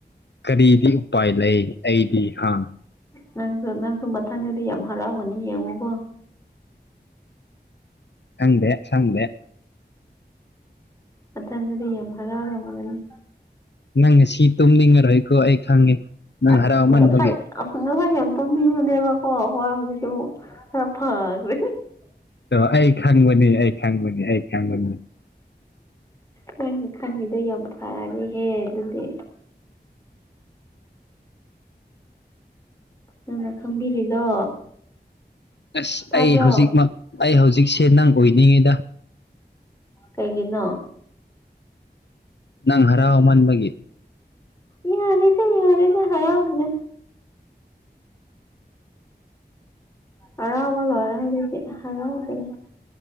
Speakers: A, on the left (about 80°); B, on the left (about 20°).
A: ꯀꯔꯤꯗꯤ ꯎꯄꯥꯏ ꯂꯩ ꯑꯩꯗꯤ ꯍ
B: ꯅꯪꯁꯨ ꯅꯪꯁꯨ ꯃꯊꯪꯗꯗꯤ ꯌꯥꯝ ꯍꯔꯥꯎꯒꯅꯤ ꯌꯦꯡꯉꯨꯀꯣ
A: ꯈꯪꯗꯦ ꯁꯪꯗꯦ
B: ꯃꯊꯪꯒꯗꯤ ꯌꯥꯝ ꯍꯔꯥꯎꯔꯝꯒꯅꯤ
A: ꯅꯪ ꯉꯁꯤ ꯇꯨꯝꯅꯤꯡꯉꯔꯣꯏꯀꯣ ꯑꯩ ꯈꯪꯉꯤ
B: <unintelligible>
A: ꯅꯪ ꯍꯔꯥꯎꯃꯟꯕꯒꯤ
B: ꯑꯁ ꯉꯍꯥꯟ ꯌꯥꯝ ꯇꯨꯝꯅꯤꯡꯕꯅꯦꯕꯀꫭ ꯍꫭ ꯍꯧꯖꯤꯛꯇꯤ ꯑꯃꯨꯛ ꯈꯔ ꯐꯔꯦ
A: ꯇꯣ ꯑꯩ ꯈꯪꯕꯅꯤ ꯑꯩ ꯈꯪꯕꯅꯤ ꯑꯩ ꯈꯪꯕꯅꯤ
B: ꯅꯪꯒꯤ ꯈꯪꯉꯤꯗꯣ ꯌꯥꯝ ꯐꯔꯦꯍꯦ ꯑꯗꯨꯗꯤ ꯅꯪꯅ ꯈꯪꯕꯤꯔꯤꯗꯣ
A: ꯑꯁ
B: ꯇꯥꯕ꯭ꯔꯣ
A: ꯑꯩ ꯍꯧꯖꯤꯛꯃꯛ ꯑꯩ ꯍꯧꯖꯤꯛꯁꯦ ꯅꯪ ꯑꯣꯏꯅꯤꯡꯉꯤꯗ
B: ꯀꯩꯒꯤꯅꯣ
A: ꯅꯪ ꯍꯔꯥꯎꯃꯥꯟꯕꯒꯤ
B: ꯌꯥꯔꯦꯗ ꯌꯥꯔꯦꯗ ꯍꯔꯥꯎꯗ꯭ꯔꯦ ꯍꯔꯥꯎꯕ ꯂꯣꯏꯔꯦ ꯍꯧꯖꯤꯛꯇꯤ ꯍꯔꯥꯎꯗꯔꯦ